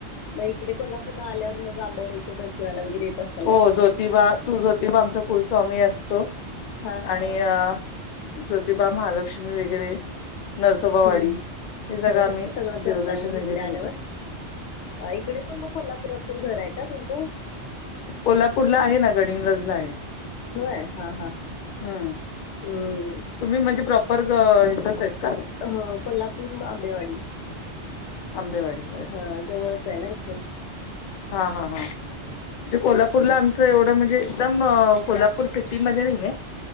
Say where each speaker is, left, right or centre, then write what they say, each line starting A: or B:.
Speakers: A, on the left; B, on the left.
A: मग इकडे कोल्हापूरला आल्यावर मग आंबाबाईच्या दर्शनाला वगैरे येत असाल
B: हो
A: ना
B: ज्योतिबा तू ज्योतिबा आमचा कुलस्वामी असतो
A: हा हा
B: आणि
A: हा
B: अ ज्योतिबा महालक्ष्मी वगैरे नरसोबावाडी
A: हम्म
B: हे सगंळं
A: होय
B: आम्ही
A: सगळं
B: देवदर्शन
A: करताय मग
B: वगैरे
A: इकडे आल्यावर
B: बघतो
A: इकडे पण मग कोल्हापुरात पण घर आहे का तुमचं
B: कोल्हापूरला आहे ना गडहिंग्लज ला आहे
A: होय हा हा
B: हम्म
A: हम
B: तुम्ही म्हणजे प्रॉपर हचच आहेत का
A: हो कोल्हापूर आंबेवाडी
B: आंबेवाडी अच्छा
A: हा जवळच आहे ना इथून
B: हा हा हा म्हणजे कोल्हापूरला आमचं एवढं म्हणजे एकदम कोल्हापूर
A: जास्त
B: सिटीमध्ये नाहीये